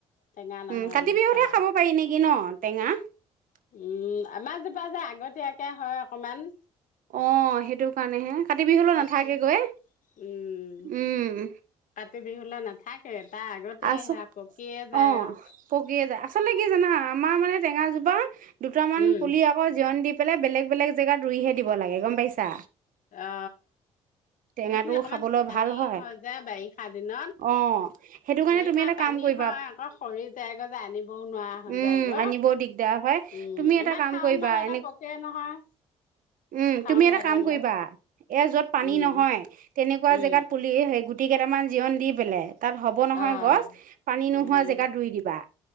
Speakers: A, on the left (about 60°); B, on the right (about 65°).
A: টেঙা নহয়
B: উম কাতি
A: মিঠা।
B: বিহুতহে খাব পাৰি নেকি ন। <unintelligible> টেঙা <unintelligible>
A: উম আমাৰ জোপা যে আগতীয়াকে হয় অকমান। <unintelligible>
B: আহ সেইটো কাৰণেহে কাতি বিহুলৈ
A: কাতি
B: নাথাকেগৈ
A: উম,
B: উম
A: কাতি বিহুলৈ নাথাকে তাৰ আগতে
B: আচ
A: সেয়া
B: অ
A: পকিয়ে যায় আৰু
B: পকিয়ে যায় আচলতে কি জানা আমাৰ মানে। <unintelligible> টেঙা জোপা। দুটামান
A: উম,
B: পুলি আকৌ জন দি পালে বেলেগ বেলেগ জেগাত ৰুইহে দি দিব লাগে গম পাইছা।
A: অ
B: টেঙাটো
A: সেইখিনি অকমান
B: খাবলৈ
A: পানী
B: ভাল হয়
A: হৈ যে বাৰিষা দিনত
B: অ', সেইটো কাৰণে
A: বাৰিষা
B: তুমি এটা
A: পানী
B: কাম কৰিবা
A: হয় আকৌ সৰি যায়গৈ যে আনিবও নোৱাৰা হয়
B: উম
A: যায়গৈ
B: আনিবও দিগদাৰ হয়
A: উম
B: তুমি এটা
A: আমাৰ
B: কাম
A: শাওণ
B: কৰিবা
A: মাহতে
B: এনে
A: পকে নহয়।
B: উম
A: শাওণ
B: তুমি এটা
A: ভাদলৈ
B: কাম কৰিবা এ যত পানী
A: উম,
B: নহয় তেনেকুৱা
A: উম,
B: জেগাত পুলি সেই গুটি কেইটামান জিৰন দি পেলাই। তাত হ'ব নহয়
A: অ',
B: গছ পানী নোহোৱা
A: উম,
B: জেগাত ৰুই দিবা